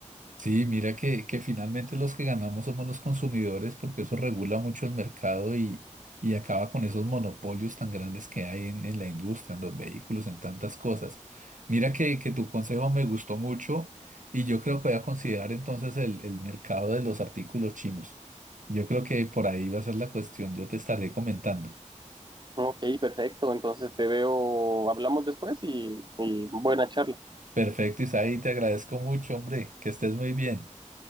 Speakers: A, on the right; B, on the right.
A: Sí, mira que, que finalmente los que ganamos somos los consumidores porque eso regula mucho el mercado y, y acaba con esos monopolios tan grandes que hay en, en la industria, en los vehículos, en tantas cosas. Mira que, que tu consejo me gustó mucho y yo creo que voy a considerar entonces el, el mercado de los artículos chinos. Yo creo que por ahí va a ser la cuestión, yo te estaré comentando.
B: Ok, perfecto. Entonces te veo, hablamos después y, y buena charla.
A: Perfecto, Isaí, te agradezco mucho, hombre, que estés muy bien.